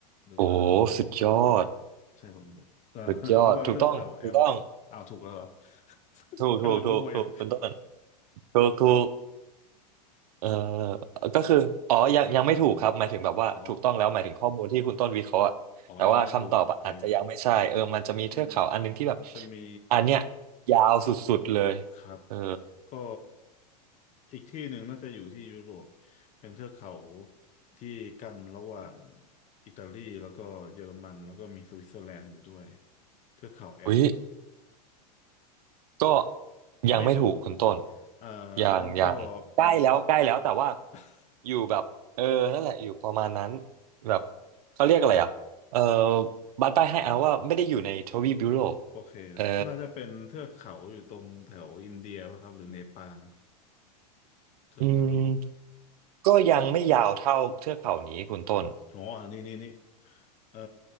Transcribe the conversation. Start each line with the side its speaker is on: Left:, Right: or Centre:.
Left: หรือว่า
Right: โอ้สุดยอด
Left: อะไรเปล่าใช่ผมไม่รู้ <laughs> เออแล้วก็เทือกเขาแอลป์อ้าวถูกแล้วเหรอ
Right: สุดยอดถูกต้องถูกต้อง
Left: <laughs>
Right: ถูกถูกถูกถูกคุณต้น
Left: กำลังมั่วอยู่
Right: ถูกถูกเออก็คืออ๋อยังยังไม่ถูกครับหมายถึงแบบว่าถูกต้องแล้วหมายถึงข้อมูลที่คุณต้นวิเคราะห์อะแต่ว่าคำตอบอะอาจจะยังไม่ใช่เออมันจะมีเทือกเขาอันหนึงที่แบบ
Left: <laughs> อ๋ออ๋อยังไม่ถูกโอเคอืมมันจะมี
Right: อันเนี้ยยาวสุดๆเลย
Left: ครับ
Right: เออ
Left: ก็อีกที่หนึ่งน่าจะอยู่ที่ยุโรปเป็นเทือกเขาที่กั้นระหว่างอิตาลีแล้วก็เยอรมันแล้วก็มีสวิตเซอร์แลนด์อยู่ด้วยเทือกเขาแอลป์
Right: อุ้ย ก็ยังไม่ถูกคุณต้น
Left: ไม่ถูกเอ่อ
Right: ยังยังใกล้แล้วใกล้แล้วแต่ว่า
Left: งั้นก็เป็นเทือก <laughs>
Right: อยู่แบบเออนั่นแหละอยู่ประมาณนั้นแบบเขาเรียกอะไรอ่ะเออบัตรใต้ให้เอาว่าไม่ได้อยู่ในทวีปยุโรป
Left: โอเคครับน่าจะเป็นเทือกเขาอยู่ตรงแถวอินเดียป่ะครับหรือเนปาล
Right: เออ
Left: เทือกเขา
Right: อืมก็ยังไม่ยาวเท่าเทือกเขานี้คุณต้น
Left: อ๋อนี่นี่นี่ เอ่อ